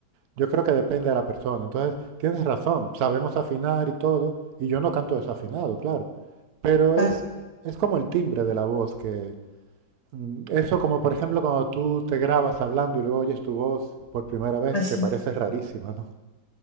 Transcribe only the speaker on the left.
Ah,
así,
sí,